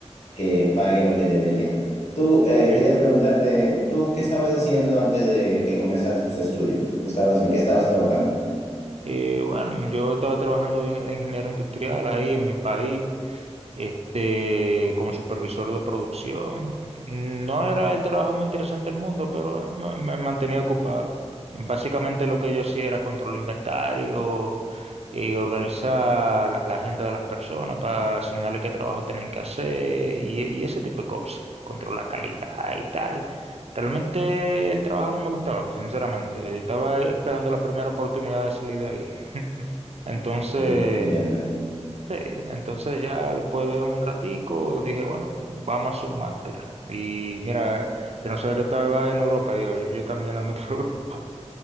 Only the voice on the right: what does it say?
Mm.
Eh, bueno, yo estaba trabajando de, de ingeniero industrial ahí en mi país. este, como supervisor de producción. No era el trabajo más interesante del mundo, pero eh, me, me mantenía ocupado. Básicamente lo que yo hacía era controlar inventario, eh, organizar la, la agenda de las personas para asignarle qué trabajo tenían que hacer y, y ese tipo de cosas, controlar la calidad y tal. Realmente el trabajo no me gustaba, sinceramente. Estaba esperando la primera oportunidad de salir de ahí. Entonces...
Sí, entonces ya después de un ratico dije, bueno, vamos a hacer un máster. Y mira, que no sabía que estaba en Europa, digo, yo, yo también ando por <laughs> Europa.